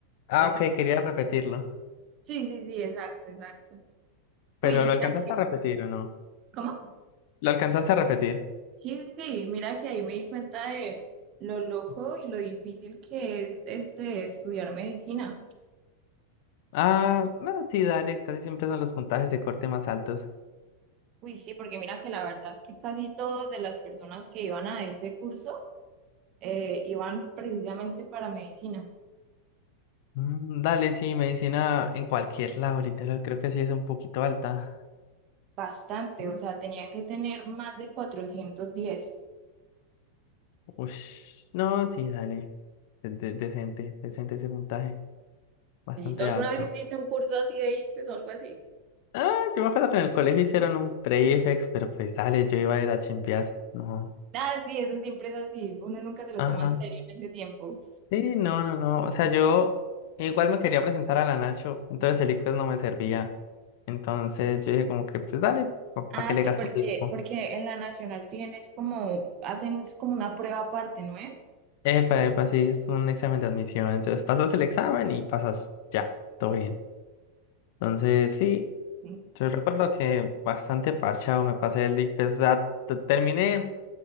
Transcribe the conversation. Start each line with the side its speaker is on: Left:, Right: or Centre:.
Left: Ah,
Right: Exacto.
Left: ok, quería repetirlo.
Right: Sí, sí, sí, exacto, exacto. Uy,
Left: Pero
Right: y
Left: ¿lo alcanzaste
Right: mira que-
Left: a repetir o no?
Right: ¿cómo?
Left: ¿Lo alcanzaste a repetir?
Right: Sí, sí, sí, mira que ahí me di cuenta de lo loco y lo difícil que es este estudiar medicina.
Left: Ah, bueno, sí, dale, casi siempre son los puntajes de corte más altos.
Right: Uy, sí, porque mira que la verdad es que casi todas de las personas que iban a ese curso eh, iban precisamente para medicina.
Left: Mm, Dale, sí, medicina en cualquier lado, literal, creo que sí es un poquito alta.
Right: Bastante,
Left: Mm,
Right: o sea, tenía que tener más de 410.
Left: ush, no, sí, dale. De- de- decente, decente ese puntaje, bastante
Right: ¿Y tú alguna
Left: alto.
Right: vez hiciste un curso así de ICFES o algo así?
Left: Ah, yo me acuerdo que en el colegio hicieron un prefix, pero pues dale, yo iba a ir a chimbear, no.
Right: Ah, sí, eso siempre es así. Uno nunca se lo
Left: Ajá.
Right: toma en serio en ese tiempo.
Left: Sí, no, no, no. O sea, yo igual me quería presentar a la Nacho, entonces el ICFES no me servía. Entonces yo dije como que, pues dale, ¿para
Right: Ah,
Left: qué le
Right: sí,
Left: gasto
Right: porque,
Left: tiempo?
Right: porque en la nacional piden es como, hacen es como una prueba aparte, ¿no es?
Left: Epa, epa, sí, es un examen de admisión. Entonces pasas el examen y pasas ya, todo bien. Entonces, sí,
Right: Sí.
Left: yo recuerdo que bastante parchado me pasé el ICFES. O sea, t- terminé